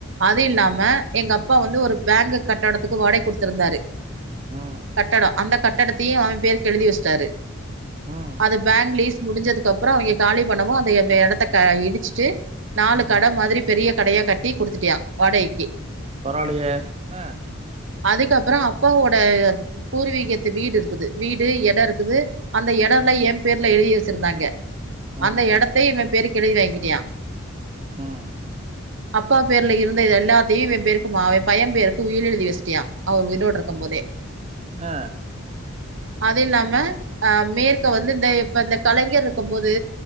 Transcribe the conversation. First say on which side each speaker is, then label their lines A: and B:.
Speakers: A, on the right; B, on the right.
A: அது இல்லாம
B: ம்
A: எங்க அப் ப்பா வந்து ஒரு பேங்க் கட்டடத்துக்கு வாடகைக்கு குடுத்துருந்தாரு
B: ம்
A: கட்டடம் அந்த க டத்தையும் அவன் பேருக்கு எழுதி வச்ட்டாரு
B: ம்
A: அது பேங்க் லீஸ் முடிஞ்சதுக்கு அப்ரோ அவங்க காலி பண்ணவும் அத அந்த எடத்த இடிச்சுட்டு நாலு
B: ம்
A: கட மாதிரி பெரிய கடையா கட்டி குடுத்துட்டியான் வாடகைக்கு
B: பரவாலையே ம்
A: அதுக்கப்புறோ அப்பாவோட பூர்வீகத்து வீடு இருக்குது வீடு எடம் இருக்குது அந்த எடம்லாம் என் பேர்ல எழுதி வச் ச்சுருந்தாங்க
B: ம்
A: அந்த எடத்த
B: ம்
A: இவன் பேருக்கு எழுதி வாங்கிட்டியா
B: ம்
A: அப்பா பேர்ல இருந்தது எல்லாத்தையும் இவன் பேருக் என் பையன் பேருக்கு உயில் எழுதி வச்சிட்டியான் அவர் உயிரோடு இருக்கு போதே
B: ஆ
A: அது இல்லாம அ மேற்க வந்து இந்த இப்ப இந்த கலைஞர் இருக்கும் போது